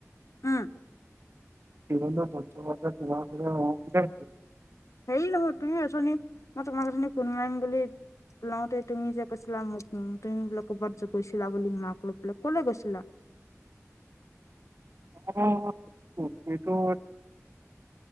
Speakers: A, on the left (about 70°); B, on the right (about 50°).
A: উম'
B: কিহনো গছ এজোপা আছে।
A: হেৰী নহয়, তুমি অথনি মই তোমাক অথনি ফোন মাৰিম বুলি- লওঁতে তুমি যে কৈছিলা, মোক উম তুমি বোলে ক'বাত যে গৈছিলা বুলি, মাক লৈ পেলাই ক'লৈ গৈছিলা?
B: অঁ সেইটো-